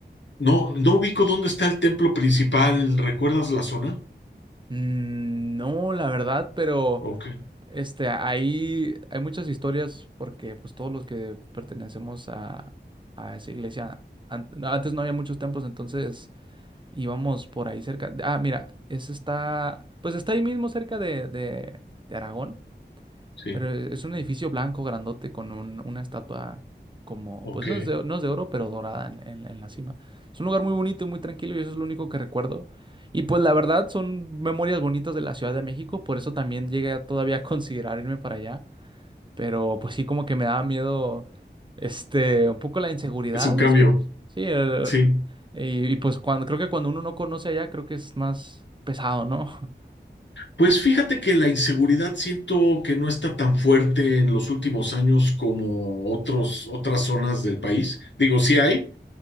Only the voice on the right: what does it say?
Mm, no, la verdad, pero
este, ahí hay muchas historias porque pues todos los que pertenecemos a, a esa iglesia, an- antes no había muchos templos, entonces íbamos por ahí cerca. Ah, mira, ese está, pues está ahí mismo cerca de, de de Aragón.
Pero es un edificio blanco, grandote, con un- una estatua como,
pues no es de, no es de oro, pero dorada en, en- en la cima. Es un lugar muy bonito y muy tranquilo y eso es lo único que recuerdo. Y pues la verdad son memorias bonitas de la Ciudad de México, por eso también llegué a todavía a considerar irme para allá. Pero pues sí, como que me daba miedo, este, un poco la inseguridad,
escuch- Sí, el-
y, y pues cuando, creo que cuando uno no conoce allá, creo que es más pesado, ¿no? <laughs>